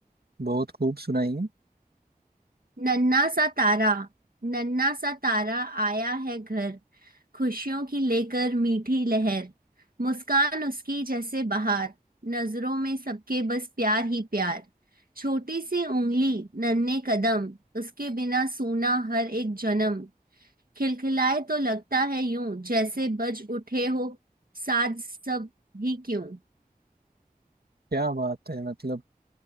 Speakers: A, on the right (about 80°); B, on the right (about 65°).
A: बहुत खूब सुनाइए
B: नन्ना सा तारा नन्ना सा तारा आया है घर खुशियों की लेकर मीठी लहर मुस्कान उसकी जैसे बहार नजरों में सबके बस प्यार ही प्यार छोटी सी उंगली नन्हे कदम उसके बिना सूना हर एक जन्म खिलखिलाए तो लगता है यूं जैसे बज उठे हो साज सब ही क्यों
A: क्या बात है मतलब